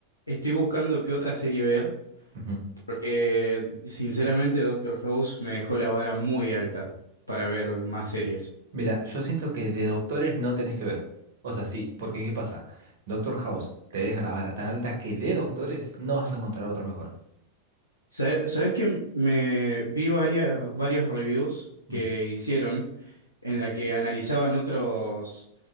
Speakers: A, on the left; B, on the right.
A: estoy buscando qué otra serie ver
B: ujú.
A: porque sinceramente Doctor House me dejó la vara muy alta para ver más series.
B: Mira, yo siento que de doctores no tenés que ver. O sea, sí, porque ¿qué pasa? Doctor House te deja la vara tan alta que de doctores no vas a encontrar otra mejor.
A: Sa- Sabes que me vi varias, varios reviews
B: Mm,
A: que hicieron en la que analizaban otros,